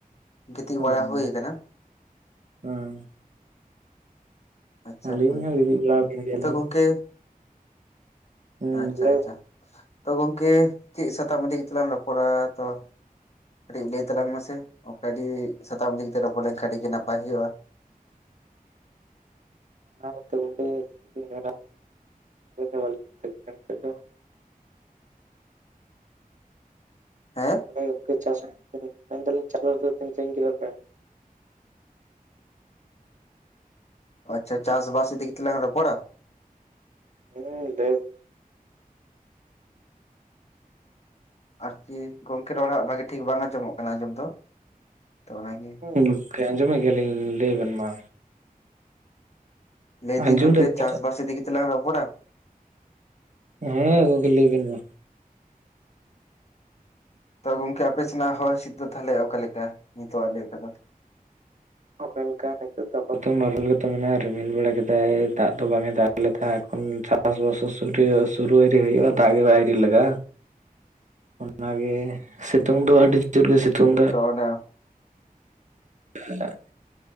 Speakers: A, on the left; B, on the right.
A: ᱜᱤᱛᱤᱡ
B: ᱵᱟᱝᱼᱟ
A: ᱵᱟᱲᱟ ᱦᱩᱭ ᱠᱟᱱᱟ
B: ᱵᱟᱝ
A: ᱟᱪᱪᱷᱟ
B: ᱟᱹᱞᱤᱧ
A: ᱦᱳᱭ
B: ᱦᱚᱸ ᱦᱤᱫᱤᱡ ᱵᱟᱲᱟ ᱟᱠᱟᱱ ᱜᱮᱭᱟᱞᱤᱧ᱾
A: ᱛᱚ ᱜᱚᱝᱠᱮ
B: ᱦᱩᱸ
A: ᱟᱪᱪᱷᱟ
B: ᱞᱟᱹᱭ
A: ᱟᱪᱪᱷᱟ
B: ᱵᱮᱱ᱾
A: ᱛᱚ ᱜᱚᱝᱠᱮ ᱪᱮᱫ ᱥᱟᱛᱟᱢ ᱤᱫᱤ ᱠᱟᱛᱮ ᱞᱟᱝ ᱨᱚᱯᱚᱲᱟ ᱛᱚ ᱠᱟᱹᱴᱤᱡ ᱞᱟᱹᱭ ᱛᱟᱞᱟᱝ ᱢᱮᱟᱥᱮ ᱚᱠᱟ ᱟᱹᱰᱤ ᱥᱟᱛᱟᱢ ᱫᱤ ᱨᱚᱯᱚᱲ ᱞᱮᱱᱠᱷᱟᱱ ᱟᱹᱰᱤ ᱜᱮ ᱱᱟᱯᱟᱭ ᱦᱩᱭᱩᱜᱼᱟ
B: ᱚᱱᱟ ᱜᱮᱛᱚ ᱜᱚᱢᱠᱮ ᱪᱮᱫ ᱞᱤᱧ ᱢᱮᱱᱟ ᱵᱟᱞᱤᱧ <unintelligible> ᱠᱟᱱᱟ ᱱᱤᱛᱚᱜ ᱫᱚ
A: ᱦᱮᱸ
B: ᱦᱚᱭ ᱜᱚᱝᱠᱮ ᱪᱟᱥ ᱢᱮᱱ ᱫᱟᱹᱞᱤᱧ ᱪᱟᱥᱼᱵᱟᱥ ᱫᱚ ᱛᱤᱱ ᱥᱟᱺᱜᱤᱧ ᱠᱮᱫᱟ ᱯᱮ?
A: ᱟᱪᱪᱷᱟ ᱪᱟᱥ ᱵᱟᱥ ᱤᱫᱤ ᱠᱟᱛᱮ ᱞᱟᱝ ᱨᱚᱯᱚᱲᱟ
B: ᱦᱩᱸ <unintelligible>
A: ᱟᱨᱠᱤ ᱜᱚᱝᱠᱮ ᱨᱚᱲᱟᱜ ᱵᱷᱟᱜᱤ ᱴᱷᱤᱠ ᱵᱟᱝ ᱟᱸᱡᱚᱢᱚᱜ ᱠᱟᱱᱟ ᱟᱸᱡᱚᱢ ᱫᱚ ᱛᱚ ᱚᱱᱟᱜᱮ
B: ᱜᱚᱢᱠᱮ ᱟᱸᱡᱚᱢᱮᱫ ᱜᱮᱭᱟᱞᱤᱧ ᱞᱟᱹᱭ ᱵᱮᱱ ᱢᱟ
A: ᱞᱟᱹᱭ ᱫᱤᱱ
B: ᱟᱸᱡᱚᱢ
A: ᱜᱚᱢᱠᱮ
B: ᱫᱟᱵᱮᱱ ᱱᱤᱛᱚᱜ
A: ᱪᱟᱥ ᱵᱟᱥ ᱤᱫᱤ ᱠᱟᱛᱮ ᱞᱟᱝ ᱨᱚᱯᱚᱲᱟ?
B: ᱦᱮᱸ <inaudible> ᱞᱟᱹᱭᱵᱱ ᱢᱟ
A: ᱛᱚ ᱜᱚᱝᱠᱮ ᱟᱯᱮ ᱥᱮᱱᱟᱜ ᱦᱚᱭ ᱦᱤᱸᱥᱤᱫ ᱫᱚ ᱛᱟᱦᱚᱞᱮ ᱚᱠᱟᱞᱮ ᱞᱮᱠᱟ ᱱᱤᱛᱚᱜ ᱟᱜ ᱵᱮᱨ ᱠᱟᱛᱷᱟ
B: ᱚᱠᱟ ᱞᱮᱠᱟ ᱱᱤᱛᱚᱜ ᱫᱚ ᱟᱯᱟᱛ ᱱᱚᱨᱮᱞ ᱜᱮᱛ ᱢᱮᱱᱟᱜᱼᱟ ᱨᱤᱢᱤᱞ ᱵᱟᱲᱟ ᱠᱮᱫᱟᱭ ᱫᱟᱜ ᱫᱚ ᱵᱟᱝ ᱮ ᱫᱟᱜ ᱞᱮᱠᱷᱟ ᱠᱷᱚᱱ ᱪᱟᱥᱵᱟᱥ ᱥᱩ ᱥᱩᱨᱩ ᱟᱹᱣᱨᱤ ᱦᱩᱭᱩᱜᱼᱟ ᱫᱟᱜ ᱜᱮ ᱟᱹᱣᱨᱤ ᱞᱟᱜᱟᱜᱼᱟ᱾ ᱚᱱᱟᱜᱮ ᱥᱤᱛᱩᱝ ᱫᱚ ᱟᱹᱰᱤ ᱡᱳᱨᱮ ᱥᱤᱛᱩᱝ ᱫᱟ
A: ᱛᱚ ᱚᱱᱟ
B: <unintelligible>